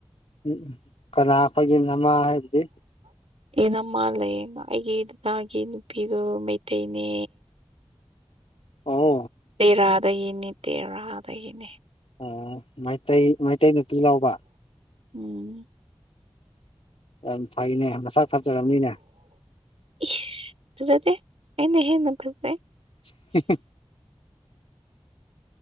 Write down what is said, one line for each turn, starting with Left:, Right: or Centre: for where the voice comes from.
Left: ꯎꯝ ꯀꯅꯥ ꯈꯣꯏꯒꯤ ꯅꯃꯥ ꯍꯥꯏꯕꯗꯤ
Right: ꯏꯅꯝꯃꯥ ꯂꯩꯌꯦ ꯑꯩꯒꯤ ꯗꯗꯥꯒꯤ ꯅꯨꯄꯤꯗꯣ ꯃꯩꯇꯩꯅꯦ
Left: ꯑꯣ
Right: ꯇꯦꯔꯥꯗꯒꯤꯅꯦ ꯇꯦꯔꯥꯗꯒꯤꯅꯦ
Left: ꯑꯣ ꯃꯩꯇꯩ ꯃꯩꯇꯩ ꯅꯨꯄꯤ ꯂꯥꯎꯕ
Right: ꯎꯝ
Left: ꯌꯥꯝ ꯐꯩꯅꯦ ꯃꯁꯥꯛ ꯐꯖꯔꯝꯅꯤꯅꯦ
Right: ꯏꯁ ꯐꯖꯗꯦ ꯑꯩꯅ ꯍꯦꯟꯅ ꯐꯖꯩ
Left: <unintelligible>